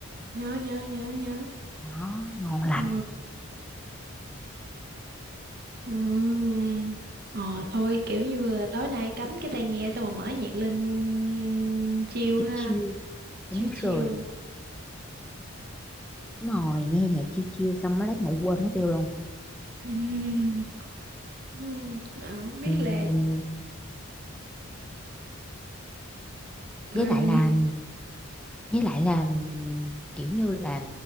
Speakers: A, on the right; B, in the centre.
A: nhớ nhớ nhớ nhớ
B: đó ngon lành
A: Ừ. Ừm. Ờ thôi kiểu như là tối nay cắm cái tai nghe xong rồi mở nhạc lên chill
B: chill
A: ha
B: chill đúng
A: chill chill
B: rồi đúng rồi nghe nhạc chill chill xong mới lát ngủ quên mất tiêu luôn
A: <laughs> Ừm, Ừm. ờ, không biết
B: Ừm,
A: là ờ,
B: với
A: ừm,
B: lại là với lại là kiểu như là